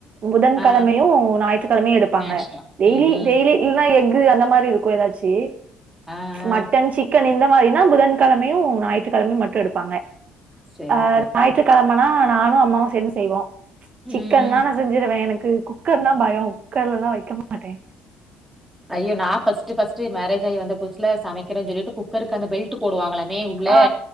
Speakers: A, on the right; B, in the centre.
A: புதன்கிழமையும்
B: ஆ
A: ஞாயிற்றுக்கிழமையும் எடுப்பாங்க
B: நேச்சுரலா
A: டெய்லி
B: ம் ம்
A: டெய்லிலாம் இது அந்த மாரி இருக்கும் ஏதாச்சு
B: ஆ ஆ
A: மட்டன் சிக்கன் இந்த மாரினா புதன்கிழமையும் ஞாயிற்றுக்கிழமையும் மட்டும் எடுப்பாங்க
B: சரி
A: ஆஹ்
B: சரி
A: ஞாயிற்றுக்கிழமனா
B: சரி.
A: நானும் அம்மாவும் சேர்ந்து செய்வோம் சிக்கன்னா
B: ம் ம்.
A: நா செஞ்சிருவேன் எனக் கு குக்கர்னா பயம் குக்கர்லலாம் வைக்க மாட்டேன்
B: ஐயோ நா ஃபர்ஸ்ட் ஃபர்ஸ்ட் மேரேஜ் ஆயி வந்த புதுசுல சமை வைக்கிறேன் சொல்லிட்டு குக்கர்க்கான பெல்ட் போடுவாங்களமே உள்ள
A: ஆ